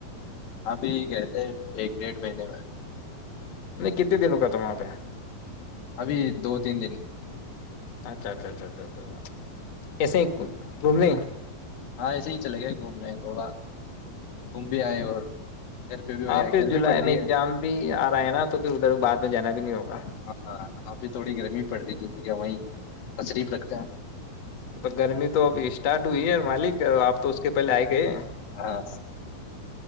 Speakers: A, on the left; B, on the left.
A: ابھی کہتے ہیں ایک ڈیڑھ مہینے میں
B: نہیں کتنے دنوں کا تھا وہاں پہ
A: ابھی دو تین دن
B: اچھا اچھا اچھا اچھچ کیسے گھومنے
A: ہاں ایسے ہی چلے گئے گھومنے تھوڑا گوم بھی آئے اور گھر پہ بھی ہویا
B: ہاں پھر
A: گرمی
B: جولائی
A: پڑ رہی
B: میں ایگزام
A: ہے
B: بھی آ رہا ہے نا تو پھر ادھر بعد میں جانا بھی نہیں ہوگا
A: ہاں ابھی تھوڑی گرمی پڑ رہی تھی کہ وہیں تشریف رکھتے ہیں
B: تو گرمی تو اب تو یہ مالک آپ تو اس کے پہلے آئے گئے
A: ہاں